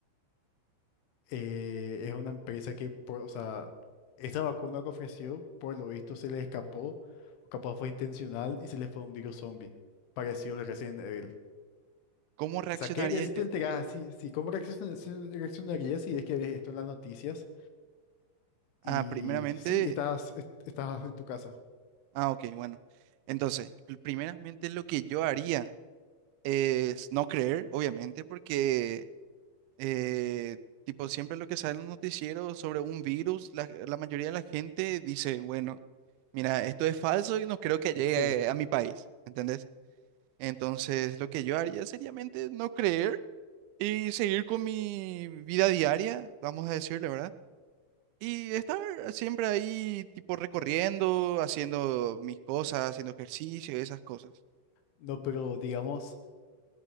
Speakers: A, on the left (about 85°); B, on the right (about 85°).
A: eh, es una empresa que, por, o sea, esta vacuna que ofreció, por lo visto, se le escapó, o capaz fue intencional y se le fue un virus zombie, parecido al Resident Evil.
B: ¿Cómo reaccionaría
A: O sea, ¿qué harías si
B: yo?
A: te enteras así? Sí, ¿cómo reacciona- si- reaccionarías si es que ves esto en las noticias?
B: Ah,
A: Y
B: primeramente,
A: sí, y estás, est- estás en tu casa.
B: ah, ok, bueno. Entonces, pr- primeramente lo que yo haría es no creer, obviamente, porque eh, tipo siempre lo que sale en los noticieros sobre un virus, la, la mayoría de la gente dice, bueno, mira, esto es falso y no creo que llegue
A: Sí,
B: a mi país, ¿entendés? Entonces, lo que yo haría seriamente no creer y seguir con mi vida diaria, vamos a decirle, ¿verdad? Y estar siempre ahí, tipo recorriendo, haciendo mis cosas, haciendo ejercicio, esas cosas.
A: no, pero digamos,